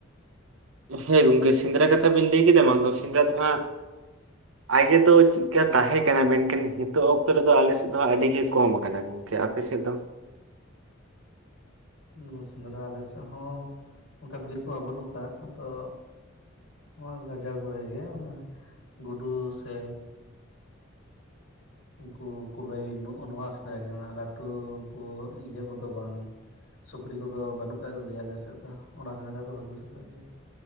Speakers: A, on the right; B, on the left.
A: ᱦᱮᱸ ᱜᱚᱝᱠᱮ ᱥᱮᱸᱫᱽᱨᱟ ᱠᱟᱛᱷᱟ ᱵᱤᱱ ᱞᱟᱹᱭ ᱠᱮᱫᱟ ᱢᱟ ᱟᱫᱚ ᱥᱮᱸᱫᱽᱨᱟ ᱫᱚ ᱦᱟᱸᱜᱼᱼ ᱟᱜᱮ ᱫᱚ ᱪᱤᱜᱠᱟ ᱛᱟᱦᱮᱸ ᱠᱟᱱᱟ ᱢᱮᱱᱠᱷᱟᱱ ᱦᱤᱸᱛᱚᱜ ᱚᱠᱛᱚ ᱨᱮᱫᱚ ᱟᱞᱮ ᱥᱮᱜ ᱫᱚ ᱦᱟᱸᱜ ᱟᱹᱰᱤ ᱜᱮ ᱠᱚᱢ ᱠᱟᱱᱟ‌ ᱜᱚᱝ ᱠᱮ ᱟᱯᱮ ᱥᱮᱜ ᱫᱚ ᱾
B: ᱩᱱᱻ ᱥᱮᱸᱫᱽᱨᱟ ᱟᱞᱮ ᱥᱮᱜ ᱦᱚᱸ ᱚᱱᱠᱟ ᱵᱤᱨ ᱠᱚᱦᱚᱸ ᱵᱟᱹᱱᱩᱜ ᱠᱟᱜ-ᱟ ᱟᱫᱚᱼᱼ ᱱᱚᱣᱟ ᱜᱟᱡᱟᱲ ᱠᱚᱨᱮ ᱜᱮ ᱚᱱᱟ ᱜᱩᱰᱩ ᱥᱮᱼᱼ ᱩᱱᱠᱩ ᱠᱩᱞᱟᱹᱭ ᱱᱚᱜ-ᱚ ᱱᱚᱶᱟ ᱥᱮᱸᱫᱽᱨᱟ ᱜᱮ ᱚᱱᱟ ᱞᱟᱴᱩ ᱩᱱᱠᱩ ᱤᱭᱟᱹ ᱠᱚᱫᱚ ᱵᱟᱝ᱾ ᱥᱩᱠᱨᱤ ᱠᱚᱫᱚ ᱵᱟᱱᱩᱜ ᱠᱟᱜ ᱠᱚᱜᱮᱭᱟ ᱟᱞᱮ ᱥᱮᱜ ᱫᱚ ᱚᱱᱟ ᱥᱮᱸᱫᱽᱨᱟ ᱫᱚ ᱵᱟᱹᱠᱩ ᱪᱟᱞᱟᱜ ᱜᱮᱭᱟ᱾